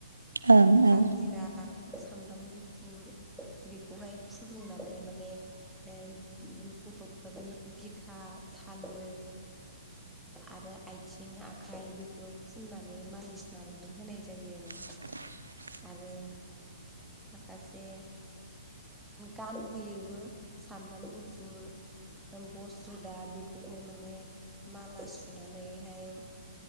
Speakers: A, on the right (about 80°); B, in the centre.
A: ओं
B: काल
A: औ
B: जिरा सामब्राम गुफुर बेखौहाय फुदुंनानै माने ए गथ'फोरनि बिखा थालो आरो आथिं आखाय बेफोराव फुननानै मालिस लानानै होनाय जायो आरो।
A: <inaudible>
B: आरो माखासे गानहोयोबो सामब्राम गुफुर बस् रोदा बेखौहाय माने माला सुनानैहाय